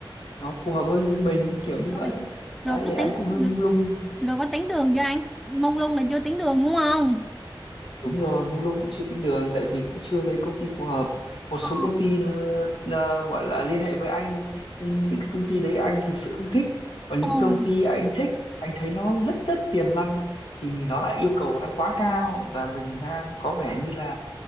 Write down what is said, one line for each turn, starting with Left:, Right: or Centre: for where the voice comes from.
Left: nó phù hợp hơn với mình kiểu như
Centre: rồi
Left: vậy. Đấy
Centre: rồi có
Left: thì anh
Centre: tính
Left: cũng hơi mông lung
Centre: rồi có tính đường cho anh mông lung là chưa tính đường đúng không
Left: Đúng rồi, mông lung cũng chưa tính đường tại vì cũng chưa thấy công ty phù hợp. Một số
Centre: ờ
Left: công ty ờ, ờ, gọi là liên hệ với anh nhưng những cái công ty đấy anh thực sự không thích. Còn những
Centre: ồ
Left: công ty anh thích, anh thấy nó rất rất tiềm năng thì nó lại yêu cầu đang quá cao và mình đang có vẻ như là